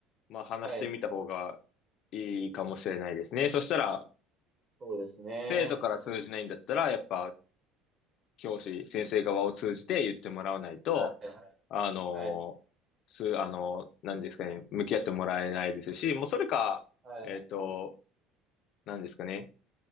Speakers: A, on the left (about 40°); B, on the right (about 20°).
A: まあ話してみた方がいいかもしれないですね。
B: はい。
A: そしたら、
B: そうですね。
A: 生徒から通じないんだったら、やっぱ教師、先生側を通じて言ってもらわないと、
B: はい。
A: あの、
B: はい。
A: つ、あの、何ですかね、向き合ってもらえないですし、もうそれか、
B: はい。
A: えっと、何ですかね、